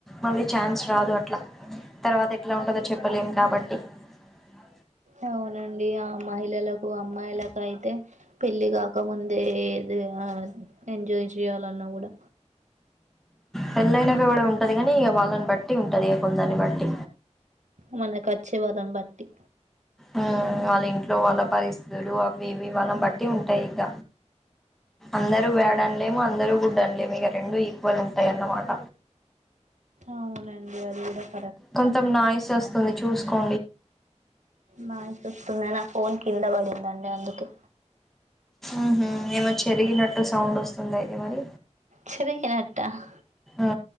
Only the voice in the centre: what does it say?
మళ్ళీ ఛాన్స్ రాదు అట్ల తర్వాత ఎట్లా ఉంటదో చెప్పలేము కాబట్టి ఆ
పెళ్లైనాక గూడ ఉంటది గనీ ఇగ వాళ్ళన్ బట్టి ఉంటదిగ కొందర్ని బట్టి
ఆ వాళ్ళ ఇంట్లో వాళ్ళ పరిస్థితులు అవ్వీ ఇవ్వీ వాళ్ళంబట్టి ఉంటయిగ అందరూ బ్యాడన్లేము అందరూ గుడ్డన్లేము ఇగ రెండూ ఈక్వల్ ఉంటాయన్నమాట
కొంచం నాయిస్ ఒస్తుంది చూసుకో
ఉహూ ఏమో చెరిగినట్టు సౌండొస్తుంది అయితే మరి
ఆ